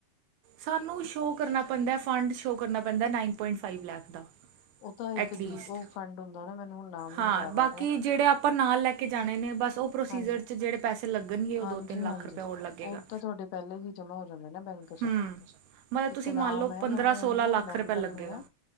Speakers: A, on the right; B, on the left.
A: ਸਾਨੂੰ ਸ਼ੋਅ ਕਰਨਾ ਪੈਂਦਾ ਫੰਡ ਸ਼ੋਅ ਕਰਨਾ ਪੈਂਦਾ ਨਾਈਨ ਪੁਆਇੰਟ ਫਾਈਵ ਲੈਖ ਦਾ
B: ਉਹ ਤਾਂ ਇੱਕ
A: ਐਟਲੀਸਟ
B: ਜੀ ਉਹ ਫੰਡ ਹੁੰਦਾ ਨਾ ਮੈਨੂੰ ਹੁਣ ਨਾਮ
A: ਹਾਂ
B: ਨੀ ਯਾਦ
A: ਬਾਕੀ
B: ਆ ਰਿਹਾ
A: ਜੇੜੇ ਆਪ ਆਪਾਂ ਨਾਲ ਲੈ ਕੇ ਜਾਣੇ ਨੇ ਬਸ ਉਹ ਪ੍ਰੋਸੀਜਰ
B: ਹਾਂਜੀ
A: ਚ ਜੇੜੇ ਪੈਸੇ ਲੱਗਣਗੇ ਉਹ
B: ਹਾਂਜੀ
A: ਦੋ ਤਿੰਨ ਲੱਖ
B: ਹਾਂਜੀ
A: ਰੁਪਯਾ ਓਹ ਲੱਗੇਗਾ।
B: ਉਹ ਤਾਂ ਤੁਹਾਡੇ ਪਹਿਲੇ ਵੀ ਜਮ੍ਹਾਂ ਹੋ ਜਾਂਦੇ ਨਾ ਬੈਂਕ
A: ਹਮ ਮਤਲਬ ਤੁਸੀਂ
B: ਇੱਕ ਨਾਮ
A: ਮੰਨ ਲਓ
B: ਹੈ
A: ਪੰਦਰਾਂ
B: ਮੈਨੂੰ
A: ਸੋਲਾਂ
B: ਹੁਨ ਨਾ
A: ਲੱਖ
B: ਰੀਮੈਂਬਰ
A: ਰੁਪਇਆ ਲੱਗੇਗਾ
B: ਨੀ ਹੈ।